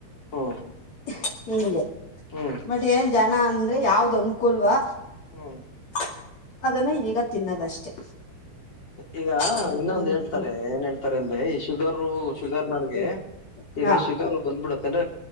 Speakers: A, on the left; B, on the left.
A: ಹ್ಮ್
B: <unintelligible> ಇಗೆ
A: ಹ್ಮ್
B: ಬಟ್ ಏನ್ ಜನ ಅಂದ್ರೆ ಯಾವ್ದ್ ಅನ್ಕೂಲ್ವಾ
A: ಹ್ಮ್
B: <unintelligible> ಅದನ್ನು ಈಗ ತಿನ್ನದಷ್ಟೆ
A: ಈಗ
B: ಹ್ಮ್
A: ಇನ್ನೊಂದು ಹೇಳ್ತಾರೆ
B: ಹ್ಮ್
A: ಏನ್ ಹೇಳ್ತಾರೆ ಅಂದ್ರೆ ಈ ಶುಗರು ಶುಗರ್ ನರ್ಗೆ
B: ಹ್ಮ್
A: ಈಗ
B: ಹಾ
A: ಶುಗರ್ ಬಂದ್ಬಿಡತ್ತೆ ಅಂದ್ರೆ